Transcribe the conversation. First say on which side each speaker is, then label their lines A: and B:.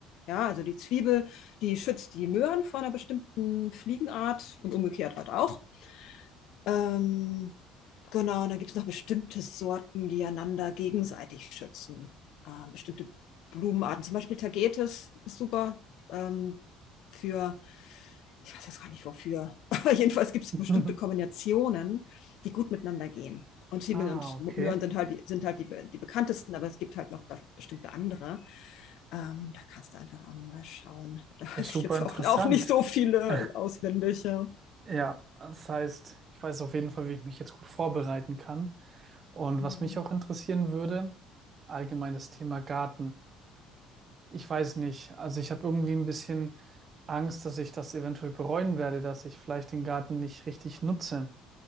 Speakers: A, on the left; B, on the right.
A: Ja, also die Zwiebel, die schützt die Möhren vor einer bestimmten Fliegenart und umgekehrt halt auch. Ähm, Genau, und dann gibt es noch bestimmte Sorten, die einander gegenseitig schützen. Ähm, bestimmte Blumenarten, zum Beispiel Tagetes ist super ähm, für, ich weiß jetzt gar nicht wofür, <laughs> aber jedenfalls gibt es
B: <laughs>
A: bestimmte Kombinationen, die gut miteinander gehen. Und Zwiebeln
B: Ah,
A: und
B: okay.
A: Möhren sind halt, die, sind halt die, die bekanntesten, aber es gibt halt noch bestimmte andere. Ähm, da kannst du einfach auch nochmal schauen. <laughs> Da
B: Ja,
A: weiß
B: super
A: ich jetzt
B: interessant.
A: auch, auch nicht so viele
B: <laughs>
A: auswendig. Ja.
B: Ja, das heißt, ich weiß auf jeden Fall, wie ich mich jetzt gut vorbereiten kann. Und
A: Mhm.
B: was mich auch interessieren würde, allgemein das Thema Garten. Ich weiß nicht, also ich habe irgendwie ein bisschen Angst, dass ich das eventuell bereuen werde, dass ich vielleicht den Garten nicht richtig nutze.